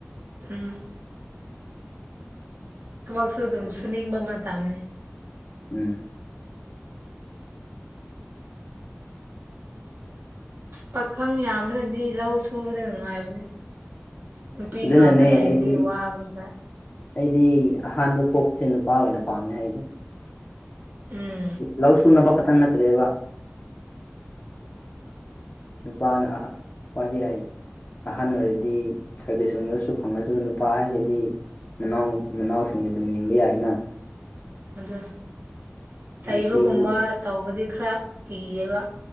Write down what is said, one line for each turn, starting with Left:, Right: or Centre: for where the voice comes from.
Right: ꯎꯝ ꯊꯕꯛꯁꯨ ꯑꯗꯨꯝ ꯁꯨꯅꯤꯡꯕ ꯃꯇꯝꯅꯤ
Left: ꯎꯝ
Right: ꯄꯥꯈꯪ ꯌꯥꯝꯕꯅꯗꯤ ꯂꯧ ꯁꯨꯕꯗ ꯅꯨꯡꯉꯥꯏꯕꯅꯤ ꯅꯨꯄꯤ
Left: ꯑꯗꯨꯅꯅꯦ
Right: ꯉꯥꯛꯇ ꯂꯩꯔꯗꯤ
Left: ꯑꯩꯗꯤ
Right: ꯋꯥꯕꯅꯤ ꯈꯔ
Left: ꯑꯩꯗꯤ ꯑꯍꯥꯟꯕ ꯄꯣꯛꯄꯁꯦ ꯅꯨꯄꯥ ꯑꯣꯏꯅ ꯄꯥꯝꯃꯦ ꯍꯥꯏꯗꯣ
Right: ꯎꯝ
Left: ꯂꯧ ꯁꯨꯅꯕ ꯈꯛꯇꯪ ꯅꯠꯇ꯭ꯔꯦꯕ
Right: <inaudible>
Left: ꯅꯨꯄꯥꯅ ꯐꯗꯤ ꯑꯩ ꯑꯍꯟ ꯑꯣꯏꯔꯗꯤ ꯁꯥꯔꯚꯤꯁꯀꯨꯝꯕꯗꯁꯨ ꯐꯪꯉꯁꯨ ꯅꯨꯄꯥ ꯍꯥꯏꯒꯗꯤ ꯃꯅꯥꯎ ꯃꯅꯥꯎꯁꯤꯡ ꯑꯗꯨꯝ ꯌꯦꯡꯕ ꯌꯥꯏꯅ
Right: ꯑ ꯆꯩꯕꯒꯨꯝꯕ
Left: ꯅꯨꯄꯤꯗꯤ
Right: ꯇꯧꯕꯗꯤ ꯈꯔ ꯀꯤꯌꯦꯕ